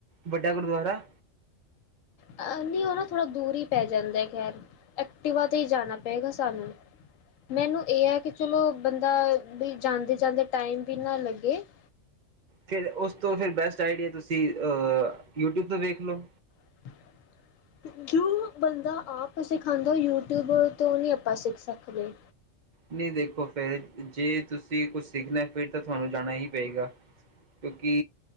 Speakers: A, on the right; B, on the left.
A: ਵੱਡਾ ਗੁਰਦੁਆਰਾ
B: ਆ ਸੀ ਨਾ ਉਹ ਨਾ ਥੋੜਾ ਦੂਰੀ, ਪੈ ਜਾਂਦਾ ਖੈਰ ਐਕਟਿਵਾ ਤੇ ਹੀ ਜਾਣਾ ਪਏਗਾ ਸਾਨੂੰ ਮੈਨੂੰ ਇਹ ਹੈ ਕਿ ਚਲੋ ਬੰਦਾ ਵੀ ਜਾਂਦੇ ਜਾਂਦੇ ਟਾਈਮ ਵੀ ਨਾ ਲੱਗੇ। <inaudible>
A: ਫਿਰ ਉਸ ਤੋਂ ਫਿਰ ਬੈਸਟ ਆਈਡੀਆ ਤੁਸੀਂ ਅਹ ਯੂਟਿਊਬ ਤੋਂ ਵੇਖ ਲਓ।
B: <inaudible> ਜੋ ਬੰਦਾ ਆਪ ਸਿਖਾਦਾ ਯੂਟਿਊਬ ਤੋਂ ਨਹੀਂ ਆਪਾਂ ਸਿੱਖ ਸਕਦੇ।
A: ਨਹੀਂ ਦੇਖੋ ਫੇਰ ਜੇ ਤੁਸੀਂ ਕੁਛ ਸਿੱਖਣਾ ਫਿਰ ਤਾਂ ਤੁਹਾਨੂੰ ਜਾਣਾ ਹੀ ਪਏਗਾ। ਕਿਉਂਕਿ,